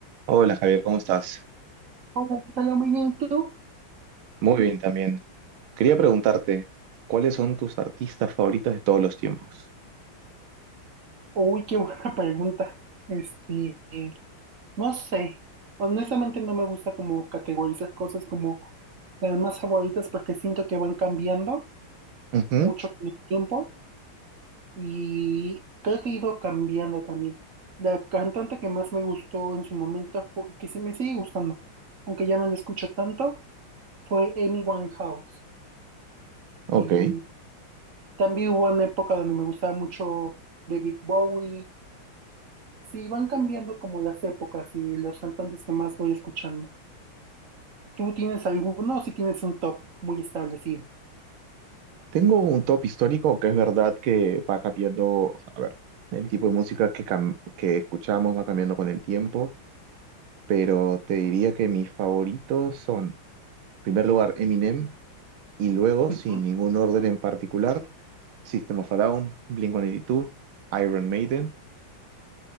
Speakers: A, on the right; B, on the right.
A: Hola Javier, ¿cómo estás?
B: Hola, Natalia, muy bien, ¿y ¿tú?
A: Muy bien también. Quería preguntarte, ¿cuáles son tus artistas favoritos de todos los tiempos?
B: Uy, qué buena <laughs> pregunta. Este, eh, no sé. Honestamente no me gusta como categorizar cosas como las más favoritas porque siento que van cambiando
A: Ujú,
B: mucho con el tiempo y creo que he ido cambiando también. La cantante que más me gustó en su momento fue, que se me sigue gustando, aunque ya no la escucho tanto, fue Amy Winehouse.
A: ok.
B: Y también hubo una época donde me gustaba mucho David Bowie. Sí, van cambiando como las épocas y los cantantes que más voy escuchando. ¿Tú tienes alguno o si tienes un top muy establecido?
A: Tengo un top histórico que es verdad que va cambiando, o sea, a ver, el tipo de música que, cam- que escuchamos va cambiando con el tiempo, pero te diría que mis favoritos son, en primer lugar, Eminem, y luego,
B: Ujú.
A: sin ningún orden en particular, System of a Down, Blink-182, Iron Maiden,